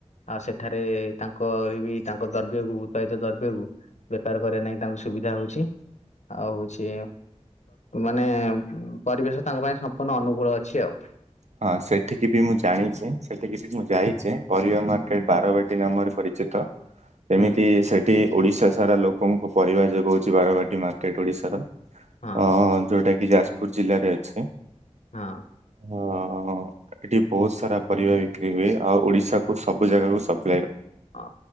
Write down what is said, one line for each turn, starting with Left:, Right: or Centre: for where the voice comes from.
Left: ଆଉ ସେଠାରେ ତାଙ୍କ ବି ତାଙ୍କ ଦ୍ରବ୍ୟକୁ ଉତ୍ପାଳିତ ଦ୍ରବ୍ୟକୁ ବେପାର କରିବା ନାଇଁ ତାଙ୍କୁ ସୁବିଧା ହୋଉଛି ଆଉ ହୋଉଛି ମାନେ ପରିବେଶ ତାଙ୍କ ପାଇଁ ସମ୍ପୂର୍ଣ୍ଣ ଅନୁକୂଳ ଅଛି ଆଉ
Right: ହଁ ସେଠିକି ବି ମୁଁ ଜାଣିଛିି ସେଠିକି ମୁଁ ଯାଇଛି ପରିବା ମାର୍କେଟ ବାରବାଟୀ ନାମରେ ପରିଚିତ। ଏମିତି
Left: ହୁଁ
Right: ସେଠି ଓଡିଶା ସାରା ଲୋକଙ୍କୁ ପରିବା ଯୋଗାଉଛି ବାରବାଟୀ ମାର୍କେଟ ଓଡିଶାର
Left: ହଁ
Right: ଅ ଯୋଉଟା କି ଯାଜପୁର ଜିଲ୍ଲାରେ ଅଛି।
Left: ହୁଁ।
Right: ହଁ ଏଠି ବହୁତ ସାରା ପରିବା ବିକ୍ରି ହୁଏ ଆଉ ଓଡିଶା କୁ ସବୁ ଜାଗାକୁ ସବୁ
Left: ହଁ